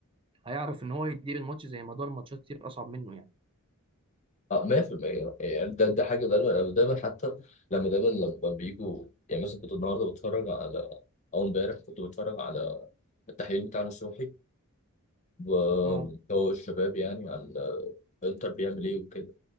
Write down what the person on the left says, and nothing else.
اه 100% يعني يعني ده ده حاجه دايما أنا دايما حتى لما دايما لما بيجوا يعني مثلا كنت النهارده بتفرج على او امبارح كنت بتفرج على التحليل بتاع نصوحي وهو
الشباب يعني على انتر بيعمل ايه وكده